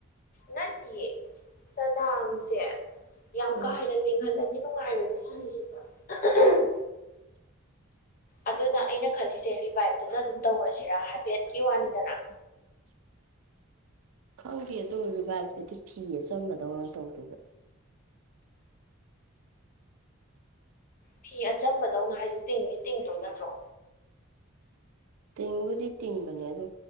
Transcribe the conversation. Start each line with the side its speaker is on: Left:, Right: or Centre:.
Left: ꯅꯠꯇꯦꯌꯦ ꯆꯅꯥꯁꯦ ꯌꯥꯝ
Right: ꯎꯝ
Left: ꯀꯥ ꯍꯦꯟꯅ ꯂꯤꯡꯍꯜꯂ ꯅꯨꯡꯉꯥꯏꯔꯅꯦ <unintelligible>
Right: <inaudible>
Left: ꯑꯗꯨꯅ ꯑꯩꯅ ꯈꯜꯂꯤꯁꯦ ꯔꯤꯚꯥꯏꯚꯇꯨꯅ ꯑꯗꯨꯝ ꯇꯧꯔꯁꯤꯔ ꯍꯥꯏꯐꯦꯠꯀꯤ ꯋꯥꯅꯤꯗꯅ
Right: <inaudible> ꯈꯪꯗꯦ ꯑꯗꯨ ꯔꯤꯚꯇꯨꯗꯤ ꯐꯤ ꯑꯆꯝꯕꯗꯧꯅ ꯇꯧꯗꯣꯏꯕ꯫
Left: ꯐꯤ ꯑꯆꯝꯕꯗꯧꯅ ꯍꯥꯏꯁꯦ ꯇꯤꯡꯅꯤ ꯇꯤꯡꯗꯣꯏ ꯅꯠꯇ꯭ꯔꯣ
Right: ꯇꯤꯡꯕꯨꯗꯤ ꯇꯤꯡꯕꯅꯦ ꯑꯗꯨ